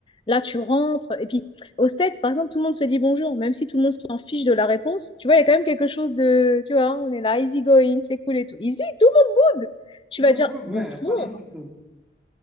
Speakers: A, on the left (about 25°); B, in the centre.
A: Là, tu rentres, et puis au States, par exemple, tout le monde se dit bonjour, même si tout le monde s'en fiche de la réponse. Tu vois, il y a quand même quelque chose de, tu vois, on est là, easy going, c'est cool et tout. Easy, tout le monde boude. Tu
B: Tout
A: vas
B: le
A: dire
B: monde bouge,
A: bonjour.
B: ouais, à Paris surtout.